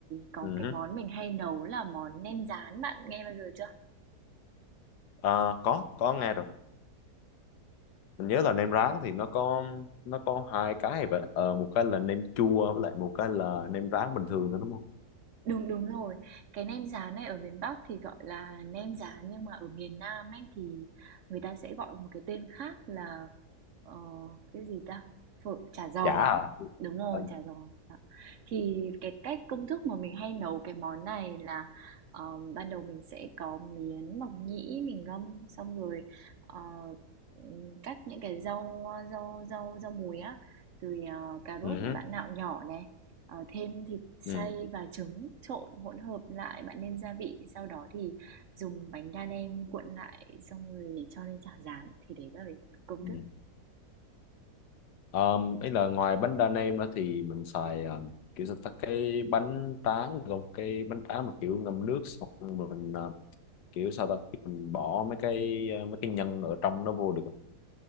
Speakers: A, on the right; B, on the left.
A: có
B: Ừ
A: cái
B: hứ.
A: món mình hay nấu là món nem rán, bạn nghe bao giờ chưa?
B: Ờ, có, có nghe rồi. Mình nhớ là nem rán thì nó có nó có hai cái vậy. Ờ, một cái là nem chua với lại một cái là nem rán bình thường đó đúng không?
A: Đúng, đúng rồi. Cái nem rán này ở miền Bắc thì gọi là nem rán, nhưng mà ở miền Nam ấy thì người ta sẽ gọi một cái tên khác là, ờ, cái gì ta? Phở chả giò
B: Chả à?
A: á. Đúng rồi,
B: Ờ.
A: chả giò. Đó. Thì cái cách công thức mà mình hay nấu cái món này là, ờ, ban đầu mình sẽ có miến mộc nhĩ mình ngâm, xong rồi, ờ, ừm, cắt những cái rau, rau rau rau mùi á, rồi, ờ, cà rốt
B: Ừ hứ,
A: bạn nạo nhỏ này, ờ, thêm thịt xay
B: ừ,
A: và trứng trộn hỗn hợp lại, bạn nêm gia vị, sau đó thì dùng bánh đa nem cuộn lại xong rồi cho lên chảo rán thì đấy là về phần công
B: ừ.
A: thức.
B: Um, ý là ngoài bánh đa nem đó thì mình xài um, kiểu sao ta cái bánh tráng gồm cái bánh tráng mà kiểu ngâm nước xong rồi mình uh, kiểu sao ta mình bỏ mấy cái uh, mấy cái nhân ở trong nó vô được không?